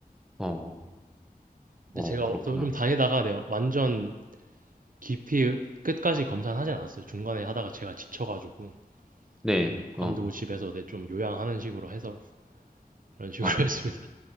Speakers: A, in the centre; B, on the right.
A: 어,
B: 근데
A: 어,
B: 제가
A: 그렇구나.
B: 좀, 좀 다니다가 내가 완전 깊이 끝까지 검사는 하진 않았어요. 중간에 하다가 제가 지쳐가지고
A: 네,
B: 좀 관두고
A: 어,
B: 집에서 내 좀 요양하는 식으로 해서 그런 식으로
A: 어.
B: <laughs> 했습니다.